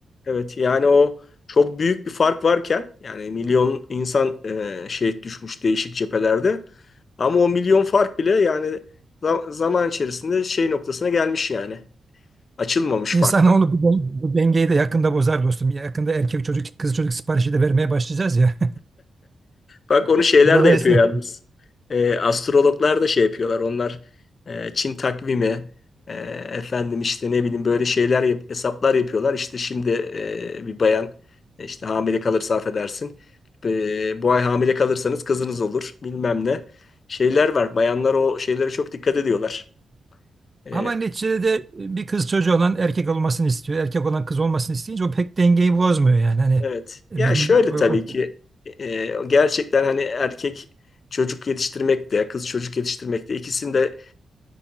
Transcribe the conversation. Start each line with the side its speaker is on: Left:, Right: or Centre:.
Left: Evet yani o çok büyük bir fark varken yani milyon insan e, şehit düşmüş değişik cephelerde ama o milyon fark bile yani za- zaman içerisinde şey noktasına gelmiş yani açılmamış
Right: İnsanoğlu
Left: fark.
Right: bu, den- bu dengeyi de yakında bozar dostum. Yakında erkek çocuk, kız çocuk siparişi de vermeye başlayacağız ya.
Left: Bak onu şeyler
Right: <laughs> Dolayısıyla.
Left: de yapıyor yalnız. Ee, astrologlar da şey yapıyorlar. Onlar e, Çin takvimi e, efendim işte ne bileyim böyle şeyler yap- hesaplar yapıyorlar. İşte şimdi e, bir bayan e, işte hamile kalırsa affedersin. E, bu ay hamile kalırsanız kızınız olur bilmem ne. Şeyler var. Bayanlar o şeylere çok dikkat ediyorlar. E,
Right: Ama neticede de bir kız çocuğu olan erkek olmasını istiyor. Erkek olan kız olmasını isteyince o pek dengeyi bozmuyor yani. Hani
Left: Evet.
Right: e,
Left: Ya
Right: bizim
Left: şöyle
Right: o,
Left: tabii
Right: o-
Left: ki e, gerçekten hani erkek çocuk yetiştirmek de kız çocuk yetiştirmek de ikisinde